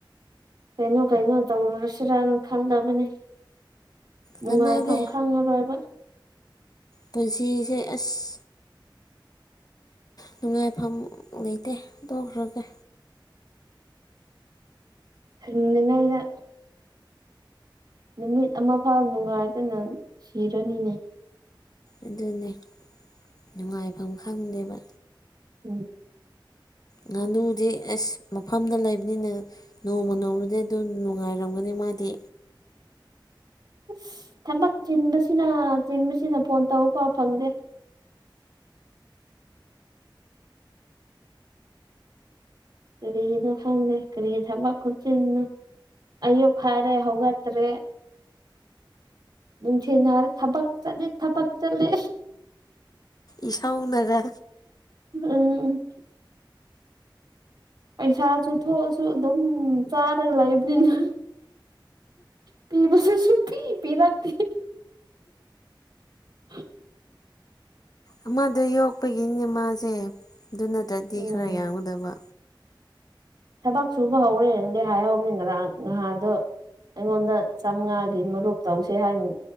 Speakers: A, on the right; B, on the left.
A: ꯀꯩꯅꯣ ꯀꯩꯅꯣ ꯇꯧꯔꯨꯔꯁꯤꯔꯅ ꯈꯜꯂꯕꯅꯦ ꯅꯨꯡꯉꯥꯏꯐꯝ
B: ꯀꯥꯟꯅꯗꯦ
A: ꯈꯪꯉꯔꯣꯏꯕ
B: ꯄꯨꯟꯁꯤꯁꯦ ꯑꯁ ꯅꯨꯡꯉꯥꯏꯐꯝ ꯂꯩꯇꯦ ꯇꯣꯛꯈ꯭ꯔꯒꯦ
A: ꯍꯟꯅꯤꯉꯥꯏꯅ ꯅꯨꯃꯤꯠ ꯑꯃꯐꯥꯎ ꯅꯨꯡꯉꯥꯏꯗꯅ ꯁꯤꯔꯅꯤꯅꯦ
B: ꯑꯗꯨꯅꯦ ꯅꯨꯡꯉꯥꯏꯐꯝ ꯈꯪꯗꯦꯕ
A: ꯎꯝ
B: ꯉꯥꯅꯨꯗꯤ ꯑꯩꯁ ꯃꯐꯝꯗ ꯂꯩꯕꯅꯤꯅ ꯅꯣꯡꯃ ꯅꯣꯡꯃꯗꯤ ꯑꯗꯨꯝ ꯅꯨꯡꯉꯥꯏꯔꯝꯒꯅꯤ ꯃꯥꯗꯤ
A: ꯑꯁ ꯊꯕꯛ ꯆꯤꯟꯕꯁꯤꯅ ꯆꯤꯟꯕꯁꯤꯅ ꯐꯣꯟ ꯇꯧ ꯐꯥꯎ ꯐꯪꯗꯦ ꯀꯔꯤꯒꯤꯅꯣ ꯈꯪꯗꯦ ꯀꯔꯤ ꯊꯕꯛ ꯈꯨꯠꯆꯤꯟꯅꯣ ꯑꯌꯨꯛ ꯍꯥꯏꯔꯦ ꯍꯧꯒꯠꯇꯔꯦ ꯅꯨꯡꯊꯤꯜ ꯍꯥꯏꯔꯦ ꯊꯕꯛ ꯆꯠꯂꯦ ꯊꯕꯛ ꯆꯠꯂꯦ
B: ꯏ ꯁꯧꯅꯒ
A: ꯅꯪ ꯄꯩꯁꯥꯁꯨ ꯊꯣꯛꯑꯁꯨ ꯑꯗꯨꯝ ꯆꯥꯔꯒ ꯂꯩꯕꯅꯤꯅ ꯄꯤꯕꯁꯨ ꯁꯎ꯫ꯄꯤ ꯄꯤꯔꯛꯛꯇꯦ <unintelligible>
B: ꯑꯃꯗꯨ ꯌꯣꯛꯄꯒꯤꯅꯦ ꯃꯥꯁꯦ ꯑꯗꯨ ꯅꯠꯇ꯭ꯔꯗꯤ
A: ꯎꯝ
B: ꯈꯔ ꯌꯥꯝꯒꯗꯕ
A: ꯊꯕꯛ ꯁꯨꯕ ꯍꯧꯔꯦꯅꯗꯤ ꯍꯥꯏꯍꯧꯕꯅꯤ ꯉꯔꯥꯡ ꯅꯍꯥꯟꯗꯨ ꯑꯩꯉꯣꯟꯗ ꯆꯝꯉꯥꯒꯤ ꯃꯔꯨꯞ ꯇꯧꯁꯤ ꯍꯥꯏꯅꯤ